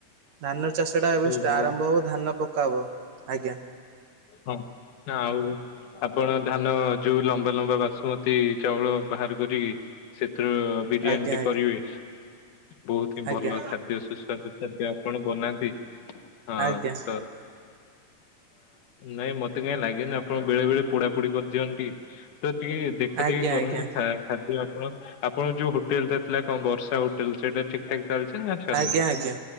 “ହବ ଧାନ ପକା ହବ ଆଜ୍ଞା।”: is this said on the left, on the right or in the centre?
Right